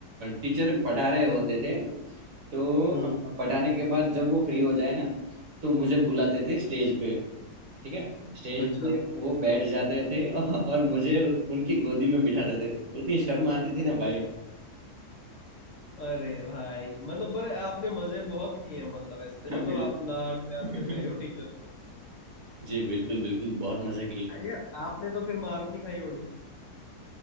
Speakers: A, on the right; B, on the left.
A: टीचर पढ़ा रहे होते थे तो अ,
B: हम्म
A: पढ़ाने के बाद जब वो फ्री हो जाए ना तो मुझे बुलाते थे स्टेज पे ठीक है स्टेज
B: अच्छा
A: पे वो बैठ जाते थे <laughs> और मुझे उनकी गोदी में बिठाते थे उतनी शर्म आती थी ना भाई
B: अरे भाई मतलब पर आपने मजे बहुत किए हैं मतलब ऐसे
A: <laughs>
B: मतलब
A: बिल्कुल
B: आप लाड प्यार से रहे हो
A: <laughs>
B: टीचर से
A: जी बिल्कुल बिल्कुल बहुत मजे किए
B: यार आपने तो फिर मार भी नहीं खाई होनी